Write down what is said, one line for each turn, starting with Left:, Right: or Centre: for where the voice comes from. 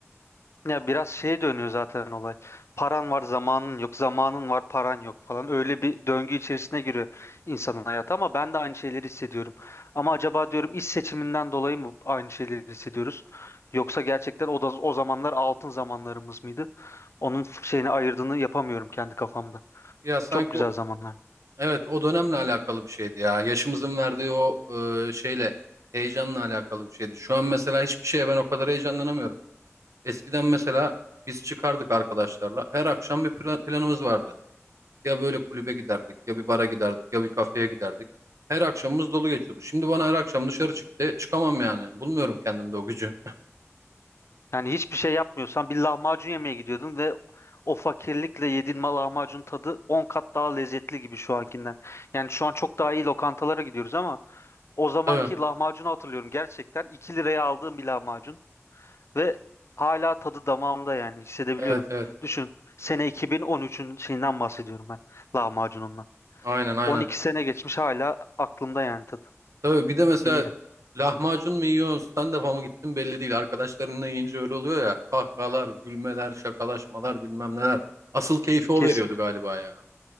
Left: Ya biraz şeye dönüyor zaten olay. Paran var, zamanın yok. Zamanın var, paran yok falan. Öyle bir döngü içerisine giriyor insanın hayatı ama ben de aynı şeyleri hissediyorum. Ama acaba diyorum iş seçiminden dolayı mı aynı şeyleri hissediyoruz? Yoksa gerçekten o da o zamanlar altın zamanlarımız mıydı? Onun şeyini ayırdığını yapamıyorum kendi kafamda.
Right: Ya sanki
Left: Çok güzel
Right: o,
Left: zamanlar.
Right: evet o dönemle alakalı bir şeydi ya. Yaşımızın verdiği o e, şeyle, heyecanla alakalı bir şeydi. Şu an mesela hiçbir şeye ben o kadar heyecanlanamıyorum. Eskiden mesela biz çıkardık arkadaşlarla. Her akşam bir plan- planımız vardı. Ya böyle kulübe giderdik, ya bir bara giderdik, ya bir kafeye giderdik. Her akşamımız dolu geçiyordu. Şimdi bana her akşam dışarı çıktı. Çıkamam yani. Bulmuyorum kendimde o gücü.
Left: Yani hiçbir şey yapmıyorsan bir lahmacun yemeye gidiyordun ve o fakirlikle yediğin ma- lahmacun tadı 10 kat daha lezzetli gibi şu ankinden. Yani şu an çok daha iyi lokantalara gidiyoruz ama O zamanki
Right: <laughs> Tabii.
Left: lahmacunu hatırlıyorum gerçekten. 2 liraya aldığım bir lahmacun ve hala tadı damağımda yani hissedebiliyorum.
Right: Evet evet.
Left: Düşün sene 2013'ün şeyinden bahsediyorum ben lahmacunumdan.
Right: Aynen aynen.
Left: 12 sene geçmiş hala aklımda yani tadı.
Right: Tabii bir de mesela
Left: Bilmiyorum.
Right: lahmacun mu yiyorsun, stand-up'a mı gittin belli değil. Arkadaşlarınla yiyince öyle oluyor ya. Kahkahalar, gülmeler, şakalaşmalar bilmem neler. Asıl keyfi o
Left: Kes,
Right: veriyordu galiba ya.